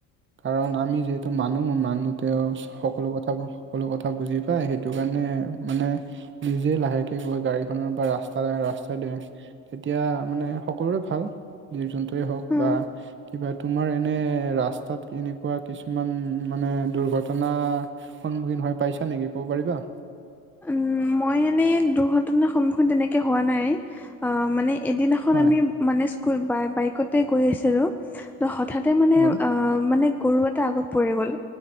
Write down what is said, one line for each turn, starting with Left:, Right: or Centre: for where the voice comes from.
Right: কাৰণ আমি যিহেতু মানুহ হয় মানুহ তেওঁ সকলো কথা সকলো কথা বুজি পায় সেইটো কাৰণে মানে- নিজে লাহেকে গৈ গাড়ীখনৰ বা ৰাস্তা ৰাস্তা দিয়। তেতিয়া মানে সকলোৰে ভাল জীৱ-জন্তুুৱৰে হওক
Centre: হয়
Right: বা- কিবা তোমাৰ এনে ৰাস্তাত কেনেকুৱা কিছুমান মানে দুৰ্ঘটনা- সন্মুখীন হৈ পাইছা নেকি ক'ব পাৰিবা?
Centre: উম মই এনে দুৰ্ঘটনাৰ সন্মুখীন তেনেকে হোৱা নাই অঁ' মানে- এদিনাখন
Right: হয়
Centre: আমি মানে স্কুল বাইকতে গৈ আছিলোঁ। ত' হঠাতে মানে
Right: হয়
Centre: অ মানে গৰু এটা আগত পৰি গ'ল